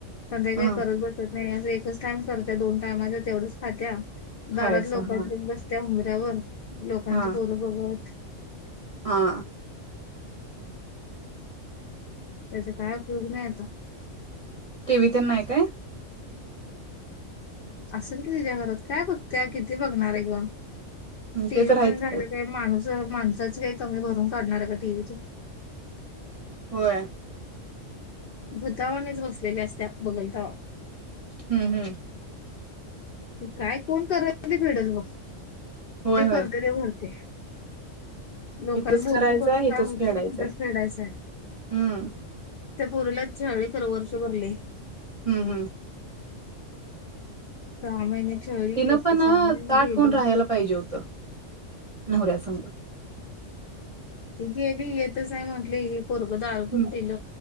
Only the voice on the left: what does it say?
संध्याकाळी
करत बसत नाही असं एकच टाइम करते, दोन टाइमाचा तेवढंच खात्या
दारात लोकांच्यात
बसत्या. वर लोकांचे
पोरं बघत
त्याचा काय उपयोग नाही आता
असेल की तिच्या घरात काय बघते किती बघणार आहे ग
टीव्ही
बंद
झालं काय माणूस माणसाच काय कमी भरून काढणार आहे का टी व्ही
भूतावानीं च बसलील्या या असत्या बगल तवा
ते काय कोण करेल ते फेडल बघ मग
जे
करतय ते भरतय लोकांना
बोलून
करून
काय होतय
इथेच फेडायचंय
त्या पोरीला छळली खर वर्ष भर लय
सहा महिने छळली
सहा
महिन्यांनी
गेली
<inaudible> ती गेली येतच नाही म्हटली पोरग दारू पण
पिल,